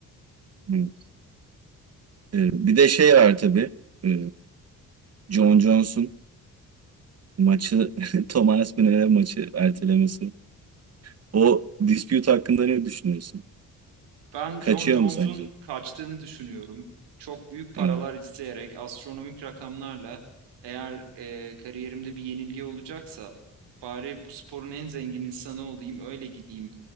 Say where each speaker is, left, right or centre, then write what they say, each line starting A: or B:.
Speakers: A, on the right; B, on the right.
A: hı. Evet. Ee, bir de şey var tabii. Ee, John Jones'un maçı, <laughs> Thomas Müller maçı ertelemesi. O dispute hakkında ne düşünüyorsun?
B: Ben
A: Kaçıyor
B: John Jones'un
A: mu sence?
B: kaçtığını düşünüyorum. Çok büyük paralar
A: Evet.
B: isteyerek astronomik rakamlarla eğer e, kariyerimde bir yenilgi olacaksa bari bu sporun en zengin insanı olayım öyle gideyim